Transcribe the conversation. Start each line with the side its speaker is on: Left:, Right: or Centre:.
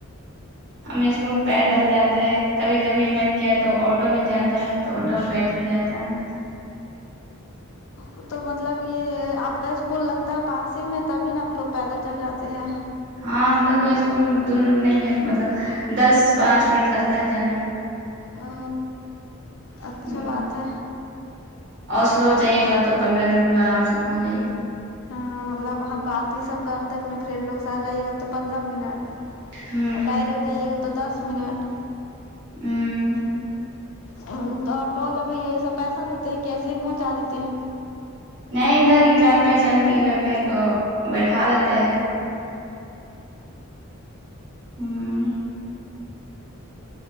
Right: ہمیں اسکول پیدل جاتے ہے کبھی کبھی من کیا تو آٹو مل جاتا ہے تو آٹو میں بیٹھ کے جاتا ہے
Left: ہ تو مطلب یہ آپ کا اسکول لگتا ہے پاس ہی میں تبھی نا لوگ پیدل چل جاتے ہیں
Right: ہاں ہم لوگ کا اسکول دور نہیں ہے مطلب دس پانچ منٹ لگتا ہے جانے میں
Left: ا اچھا
Right: میں ہ
Left: بات ہے
Right: اور سلو جائے گا تو پندرہ منٹ میں آرام سے پہنچ جائیے
Left: ہ مطلب ہم بات ہی سب کرتے اپنے فرینڈ لوگ سات جائیےگا تو پندرہ منٹ
Right: ہ
Left: اور ڈائریکٹ جائیے گا تو دس منٹ
Right: ہوں
Left: ہوں تو آٹو والا بھیا یہ سب پیسہ لیتے ہیں کے ایسے ہی پہنچا دیتے ہیں
Right: نہیں ادھر ہی جان پہچان کے ادھر رہ تو بیٹھا لیتے ہیں ھم